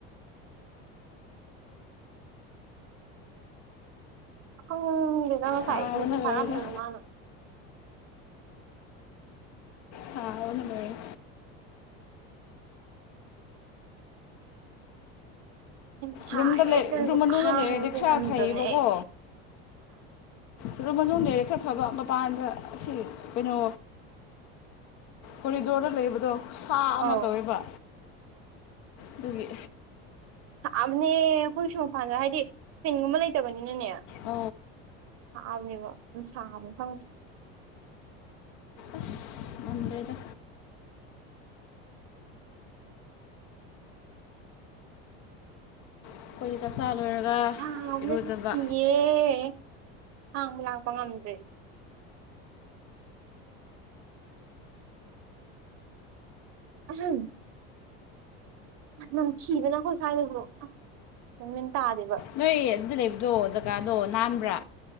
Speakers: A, on the right; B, on the left.
A: ꯑꯈꯪ ꯂꯤꯅ ꯉꯁꯥꯏ
B: ꯁꯥꯕꯅ
A: ꯃꯤꯁꯤ ꯁꯥꯅꯅꯤ
B: ꯂꯣꯏꯔꯦꯗ
A: ꯃꯥꯅ
B: ꯁꯥꯕꯅ ꯂꯣꯏꯔꯦ
A: ꯌꯥꯝ ꯁꯥꯏꯌꯦ
B: ꯔꯨꯝꯗ ꯂꯩ
A: ꯁꯤꯗꯁꯨ
B: ꯔꯨꯝ ꯃꯅꯨꯡꯗ
A: ꯈꯥꯡꯕꯁꯦ
B: ꯂꯩꯔꯗꯤ ꯈꯔ
A: ꯉꯝꯗ꯭ꯔꯕꯅꯦ
B: ꯐꯩꯌꯦꯕꯀꯣ
A: ꯑꯦ
B: ꯑꯗꯨ ꯃꯅꯨꯡꯗ ꯂꯩꯔꯦ ꯈꯔ ꯐꯕ ꯃꯄꯥꯟꯗ ꯁꯤ ꯀꯩꯅꯣ ꯀꯣꯔꯤꯗꯣꯔꯗ ꯂꯩꯕꯗꯣ ꯁꯥ ꯑꯃ
A: ꯑꯧ
B: ꯇꯧꯋꯦꯕ ꯑꯗꯨꯒꯤ
A: ꯑꯕꯅꯦ ꯑꯩꯈꯣꯏꯁꯨ ꯃꯄꯥꯟꯗ ꯍꯥꯏꯗꯤ ꯐꯤꯟꯒꯨꯝꯕ ꯂꯩꯇꯕꯅꯤꯅꯅꯦ
B: ꯑ
A: ꯍꯥꯛꯑꯅꯦꯕ ꯑꯗꯨꯅꯨꯡꯁꯥꯡꯕ ꯐꯪꯁꯤꯦ
B: ꯑꯁ ꯉꯝꯗ꯭ꯔꯦꯗ ꯑꯩꯈꯣꯏꯗꯤ ꯆꯥꯛꯆꯥ ꯂꯣꯏꯔꯒ
A: ꯁꯥꯕꯅꯁꯨ
B: ꯏꯔꯨꯖꯕ
A: ꯁꯤꯌꯦꯦ ꯍꯥꯡ ꯂꯥꯛꯄ ꯉꯝꯗ꯭ꯔꯦ ꯎ ꯅꯪ ꯊꯤꯕꯅ ꯀꯣꯏ ꯍꯥꯏꯥꯏꯗꯈ꯭ꯔꯣ ꯑꯁ ꯇꯥꯗꯦꯕ
B: ꯅꯣꯏ ꯑꯗꯨꯗꯤ ꯂꯩꯕꯗꯣ ꯖꯒꯥꯗꯣ ꯅꯥꯟꯕ꯭ꯔꯥ